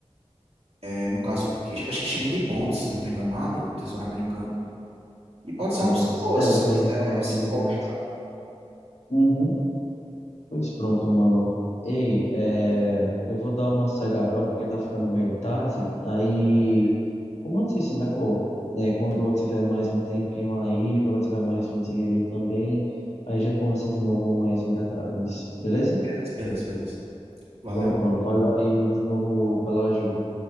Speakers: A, on the right (about 65°); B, on the left (about 80°).
A: É, no caso, que- acho que chamam de bonds, se eu não estou enganado, o Tesouro Americano. E pode
B: A Bonds.
A: ser uma opção boa,
B: É,
A: se
B: eu
A: você
B: já
A: quiser
B: ouvi falar
A: se
B: sobre
A: for
B: Bonds.
A: ao mercado.
B: Uhum. Pois pronto, mano. Ei, é, eu vou dar uma saída agora porque tá ficando meio tarde. Aí, como eu disse, né, pô, né, quando eu tiver mais um tempinho aí, quando eu tiver mais um dinheirinho também, aí a gente conversa de novo mais em detalhes, beleza?
A: Beleza, beleza, beleza. Valeu.
B: Pronto, mano. Valeu aí de novo pela ajuda.